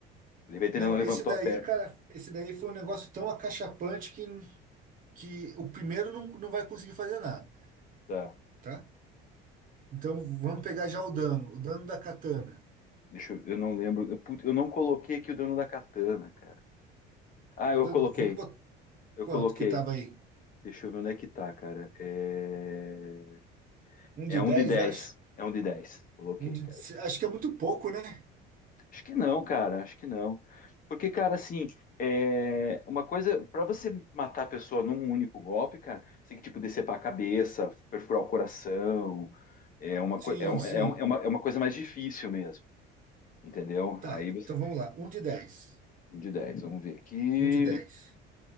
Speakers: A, on the left; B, on the right.
A: Ele vai ter,
B: Não,
A: ele não levantou
B: esse daí,
A: a perna.
B: cara, esse daí foi um negócio tão acachapante que, que o primeiro não, não vai conseguir fazer nada.
A: Tá.
B: tá? Então vamos pegar já o dano, o dano da katana.
A: Deixa eu, eu não lembro. Eu, put- eu não coloquei aqui o dano da katana, cara. Ah,
B: Dan-
A: eu coloquei.
B: vamos botar
A: Eu
B: quanto
A: coloquei.
B: que tava aí?
A: Deixa eu ver onde é que tá, cara. É,
B: Um de
A: é um
B: 10
A: de 10.
B: acho.
A: É um de 10. Coloquei,
B: Um de, acho que é muito pouco, né?
A: Acho que não, cara, acho que não. Porque, cara, assim, é uma coisa, para você matar a pessoa num único golpe, cara, você tem que, tipo, decepar a cabeça, perfurar o coração, é uma,
B: Sim,
A: coi- é, um-
B: sim.
A: é um- é uma, é uma coisa mais difícil mesmo, entendeu?
B: Tá,
A: Aí você,
B: então vamos lá. Um de dez.
A: um de dez, vamos ver aqui,
B: Um de 10.